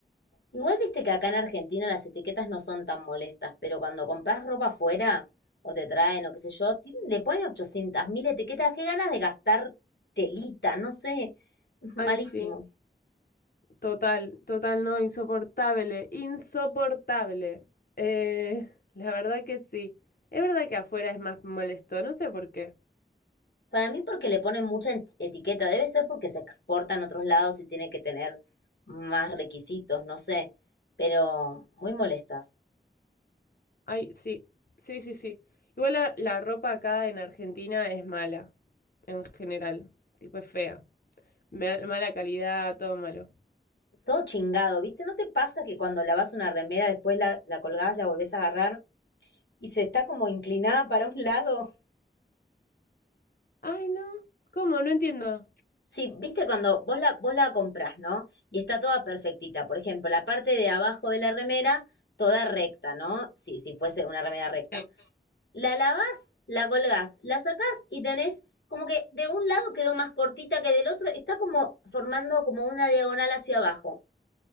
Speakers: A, on the left (about 75°); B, on the left (about 60°).
A: Igual viste que acá en Argentina las etiquetas no son tan molestas, pero cuando compras ropa afuera o te traen o qué sé yo, le ponen 800.000 etiquetas. Qué ganas de gastar telita, no sé. <laughs>
B: Ay,
A: Malísimo.
B: sí, total, total, no, insoportable, insoportable. Eh, la verdad que sí. Es verdad que afuera es más molesto, no sé por qué.
A: Para mí porque le ponen mucha en- etiqueta, debe ser porque se exporta en otros lados y tiene que tener más requisitos, no sé, pero muy molestas.
B: Ay, sí, sí, sí, sí. Igual la, la ropa acá en Argentina es mala, en general, tipo es fea. Ma- Mala calidad, todo malo.
A: Todo chingado, ¿viste? ¿No te pasa que cuando lavas una remera después la, la colgás, la volvés a agarrar y se está como inclinada para un lado?
B: Ay, no. ¿Cómo? No entiendo.
A: Sí, ¿viste? Cuando vos la, vos la comprás, ¿no? Y está toda perfectita. Por ejemplo, la parte de abajo de la remera, toda recta, ¿no? Sí, si fuese una remera recta.
B: Sí.
A: la lavas, la colgás, la sacás y tenés como que de un lado quedó más cortita que del otro, está como formando como una diagonal hacia abajo.